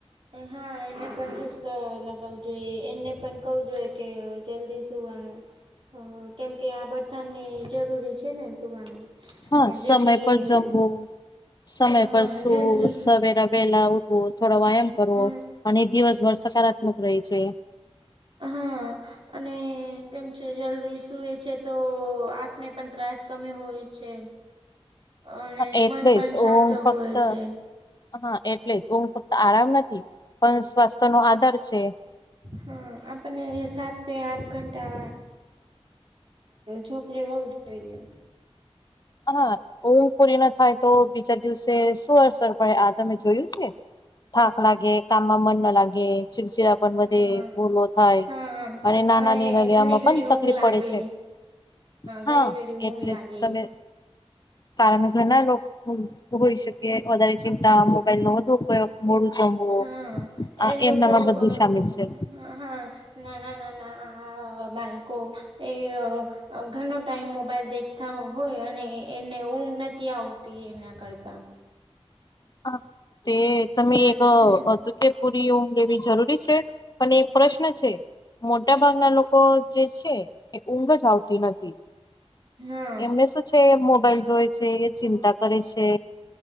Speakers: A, on the right (about 55°); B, on the left (about 40°).
A: હા એને પણછ લગાવું જોઈએ એમને પણ કું જોઈએ કે જલ્દી સુવાનું. હ કેમ કે આ બથાને જરૂરી છે ને સુવાનું.
B: હા
A: જેટલી
B: સમય પર જમવું સમય
A: હા
B: પર સુ
A: જેટલી
B: સવેરા વેલા ઉઠ થોડા વ્યાયામ
A: હમ
B: કરવો અને દિવસભર સકારાત્મક રહે છે.
A: હા અને કેમ છે જલ્દી સૂએ છે તો આંખને પણ ત્રાસ કમી હોય છે. અને
B: હ એટલે
A: મન પણ
B: જ
A: શાંત
B: ઓમ ફક્ત
A: હોય છે.
B: હા એટલે જ હું ફક્ત આરામ નથી પણ સ્વાસ્થ્ય નો આધાર છે.
A: હમ આપને સાત આઠ ઘંટા જોક લેવાવું જોઈએ.
B: હા ઊંઘ પૂરી ના થાય તો બીજા દિવસે શું અરસર પડે આ તમે જોયું છે. થાક લાગે કામમાં મન ન લાગે ચિડચીડા વધે
A: હા
B: ભૂલો થાય
A: હા
B: અને નાનાનીલિયામાં
A: ઘડી ઘડી
B: પણ તકલીફ
A: ઊંઘ લાગે.
B: પડે છે. હા
A: ઘડી ઘડી ઊંઘ
B: એટલે
A: લાગે
B: તમે કારણ ઘણા લોકો હોઈ શકે વધારે ચિંતા મોબાઈલ નો વધુ ઉપયોગ મોડું જમવું
A: હા
B: આ
A: એ લોકો
B: એમનામાં બધું
A: અ
B: સામેલ છે
A: હ હા નાના નાના બાળકો એ ઘણ ટાઈમ મોબાઈલ દેખતા હોય અને એને ઊઘ નથી આવતી એના કરતા.
B: હા તે તમે
A: એના
B: એક
A: હમ
B: ત કે પૂરીઓ લેવી જરૂરી છે પણ એક પ્રશ્ન છે. મોટા ભાગના લોકો જે છે એ ઊંઘ જ આવતી નથી.
A: હા
B: એમને શું છે મોબાઈલ જોવે છે એ ચિંતા કરે છે.